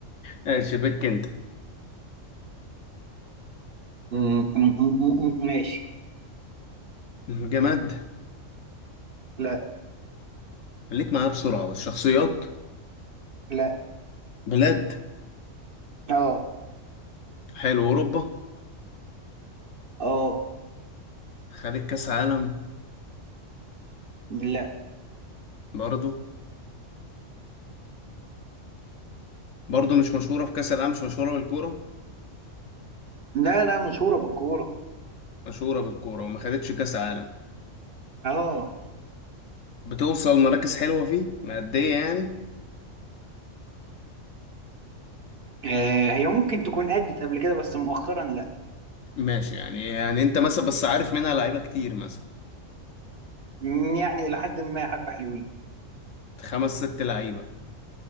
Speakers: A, on the left; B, on the right.
A: ماشي بك انت
B: مم، مم، مم، ماشي
A: جماد
B: لا
A: خليك معايا بسرعه بس شخصيات
B: لا
A: بلاد
B: اه
A: حلو اوروبا
B: اه
A: خدت كاس عالم
B: لا
A: برضو برضو مش مشهوره في كاس العالم مش مشهوره بالكوره
B: لا لا مشهورة بالكورة
A: مشهوره بالكوره وما خدتش كاس عالم
B: اه
A: بتوصل مراكز حلوه فيه مأدية يعني
B: آه، هي ممكن تكون أدت قبل كده بس مؤخرا لا
A: ماشي يعني يعني انت مثلا بس عارف منها لعيبه كتير مثلا
B: م- يعني إلى حد ما حبة حلوين
A: خمس ست لعيبه